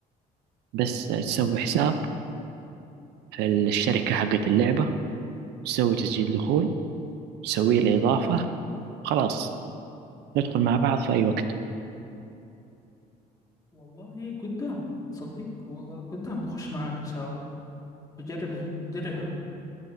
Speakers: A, on the right; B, on the left.
A: بس تسوي حساب في الشركة حقت اللعبة تسوي تسجيل دخول تسوي له إضافة خلاص ندخل مع بعض في أي وقت
B: والله قدام تصدق والله قدام بخش معاك إن شاء الله بجربها نجربها